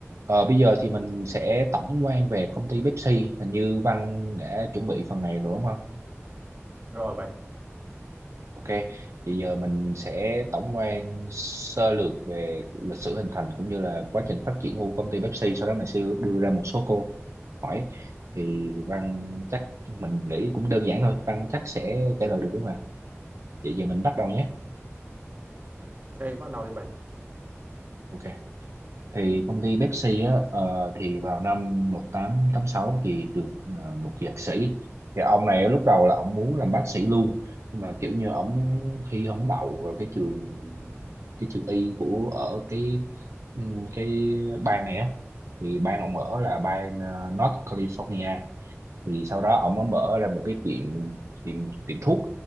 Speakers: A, on the right; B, on the right.
A: Ờ, bây giờ thì mình sẽ tổng quan về công ty Pepsi. Hình như Văn đã chuẩn bị phần này rồi đúng không?
B: rồi bạn
A: Ok, thì giờ mình sẽ tổng quan sơ lược về lịch sử hình thành cũng như là quá trình phát triển của công ty Pepsi. Sau đó mình sẽ đưa ra một số câu hỏi. Thì Văn chắc mình nghĩ cũng đơn giản thôi. Văn chắc sẽ trả lời được đấy mà. Vậy giờ mình bắt đầu nhé.
B: ok bắt đầu đi bạn
A: Ok. thì công ty Pepsi á ờ, thì vào năm 1886 thì được ờ, một dược sĩ thì ông này á, lúc đầu là ông muốn làm bác sĩ luôn nhưng mà kiểu như ông thi không đậu vào cái trường cái trường y của ở cái ừ, cái bang này á thì bang ông ở là bang ờ, North California thì sau đó ổng mới mở ra một cái tiệm tiệm tiệm thuốc